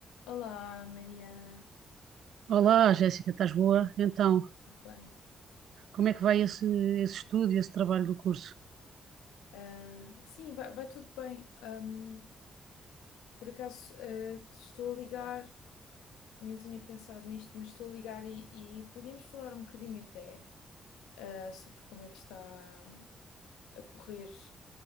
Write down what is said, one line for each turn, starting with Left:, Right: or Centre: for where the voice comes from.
Left: Olá, Mariana,
Right: Olá, Jéssica, estás boa? Então,
Left: tudo bem?
Right: como é que vai esse, esse estudo e esse trabalho do curso?
Left: Ah, sim, vai, vai tudo bem. Ahm, por acaso, ah, que estou a ligar, nem tinha pensado nisto, mas estou a ligar e, e podíamos falar um bocadinho até, ah, sobre como é que está a correr